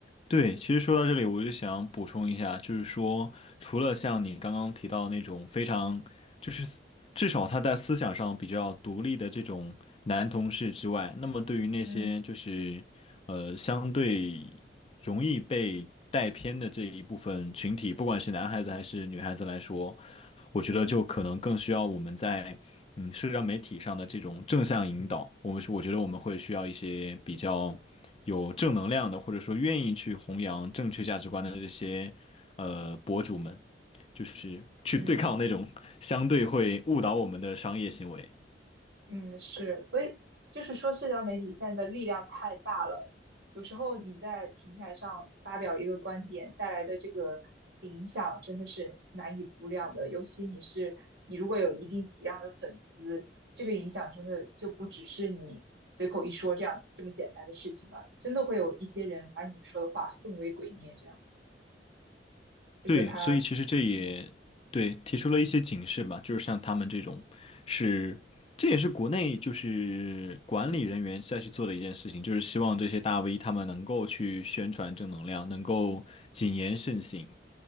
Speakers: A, on the left; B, on the right.
A: 对，其实说到这里，我就想补充一下，就是说，除了像你刚刚提到那种非常，就是思至少他在思想上比较独立的这种男同事之外，那么对于那些就是呃相对
B: 嗯
A: 容易被带偏的这一部分群体，不管是男孩子还是女孩子来说，我觉得就可能更需要我们在嗯社交媒体上的这种正向引导。
B: 嗯
A: 我们我觉得我们会需要一些比较。有正能量的，或者说愿意去弘扬正确价值观的这些呃博主们，就是去对抗那种相对会误导我们的商业行为。
B: 嗯。嗯，是，所以就是说，社交媒体现在的力量太大了。有时候你在平台上发表一个观点带来的这个影响，真的是难以估量的。尤其你是你如果有一定体量的粉丝，这个影响真的就不只是你随口一说这样子这么简单的事情了。真的会有一些人把你说的话奉为鬼臬这样子，这就是他，
A: 对，所以其实这也对提出了一些警示吧，
B: 嗯嗯
A: 就是像他们这种是。这也是国内就是管理人员再去做的一件事情，就是希望这些大 V 他们能够去宣传正能量，能够谨言慎行。